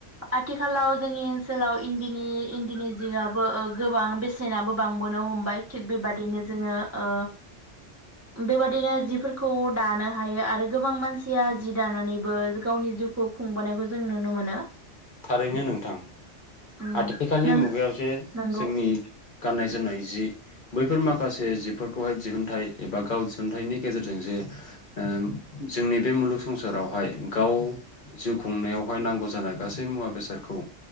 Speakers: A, on the right (about 20°); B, on the left (about 50°).
A: आथिखालाव जोंनि ओनसोलाव इन्दिनि इन्दिनि जिगाब बो ओ गोबां बेसेनाबो बांबोनो हमबाय थिग बेबादिनो जोङो ओ बेबादिनो जिफोरखौ दानो हायो आरो गोबां मानसिया जि दानानैबो गावनि जिउखौ खुंबोनायखौ जों नुनो मोनो ।
B: थारैनो नोंथां ।
A: उम
B: आथिखालनि
A: नों
B: मुगायाव जे
A: नंगौ
B: जोंनि गाननाय -जोमनाय जि बैफोर माखासे जिफोरखौहाय दिहुनथाइ एबा गाव दिहुनथाइनि गेजेरजों जे ओ जोंनि बे मुलुग संसारावहाय गाव जिउ खुंनायावहाय नांगौ जानाय गासै मुवा बेसादखौ